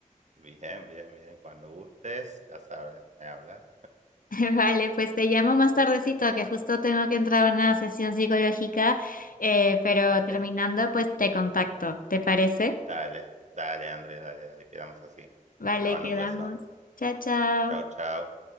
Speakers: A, on the right (about 55°); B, on the left (about 80°).
A: Bien, bien, bien, cuando gustes, ya sabes, me hablas.
B: <laughs> Vale, pues te llamo más tardecito que justo tengo que entrar a una sesión psicológica, eh, pero
A: Dale,
B: terminando pues te contacto, ¿te parece?
A: dale, dale, André, dale, dale, quedamos así.
B: Vale,
A: Te mando
B: quedamos.
A: un beso.
B: Chao, chao.
A: Chao, chao.